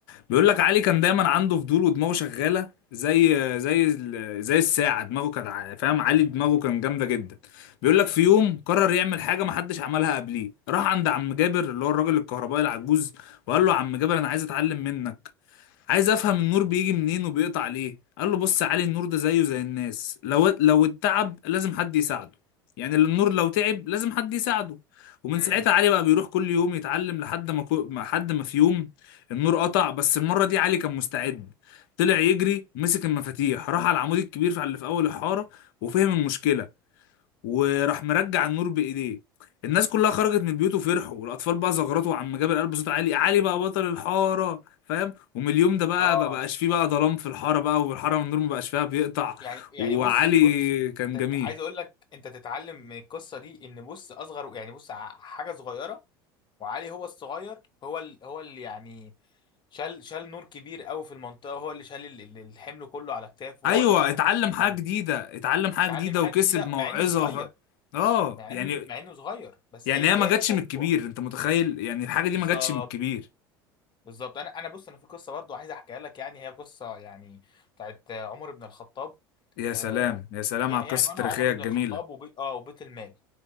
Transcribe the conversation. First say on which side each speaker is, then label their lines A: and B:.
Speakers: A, on the left (about 70°); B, on the left (about 40°).
A: بيقول لك علي كان دايما عنده فضول ودماغه شغالة زي زي ال- زي الساعة دماغه كانت ع- فاهم علي دماغه كان جامدة جدا بيقول لك في يوم قرر يعمل حاجة محدش عملها قبليه راح عند عم جابر اللي هو الراجل الكهربائي العجوز وقال له عم جابر انا عايز اتعلم منك عايز افهم النور بيجي منين وبيقطع ليه قال له بص يا علي النور ده زيه زي الناس لو لو اتعب لازم حد يساعده يعني النور لو تعب لازم حد يساعده ومن
B: امم
A: ساعتها علي بقى بيروح كل يوم يتعلم لحد ما كو... ما- حد ما في يوم النور قطع بس المرة دي علي كان مستعد طلع يجري مسك المفاتيح راح على العمود الكبير في- اللي في اول الحارة وفهم المشكلة وراح مرجع النور بايديه الناس كلها خرجت من بيوت وفرحوا والاطفال بقى زغرطوا عم جاب القلب بصوت عالي علي بقى بطل الحاره فاهم ومن اليوم ده بقى
B: اه
A: ما بقاش فيه بقى ظلام في الحاره بقى والحاره والنور ما بقاش فيها بيقطع
B: يعني يعني
A: وعلي
B: بص بص
A: كان
B: تت-
A: جميل
B: عايز اقول لك انت تتعلم من القصه دي ان بص اصغر يعني بص ع- حاجه صغيره وعلي هو الصغير هو ال... هو اللي يعني شال شال نور كبير قوي في المنطقه هو اللي شال ال- ال- الحمل كله على كتافه
A: ايوه
B: وهو اللي فتح
A: اتعلم
B: <laughs>
A: حاجه
B: تعلم
A: جديده اتعلم حاجه
B: اتعلم
A: جديده
B: حاجه
A: وكسب
B: جديده
A: موعظه
B: مع انه صغير
A: ف... اه
B: مع
A: يعني
B: انه مع انه صغير بس
A: يعني
B: هي
A: هي ما
B: هي
A: جاتش
B: دي الموضوع
A: من الكبير انت متخيل يعني الحاجه دي
B: بالظبط
A: ما جاتش من الكبير
B: بالظبط انا انا بص انا في قصه برضو عايز احكيها لك يعني هي قصه يعني بتاعت عمر بن الخطاب
A: يا سلام
B: آه،
A: يا سلام
B: هي
A: على القصه
B: عنوانها
A: التاريخيه
B: عمر بن
A: الجميله
B: الخطاب وبيت اه وبيت المال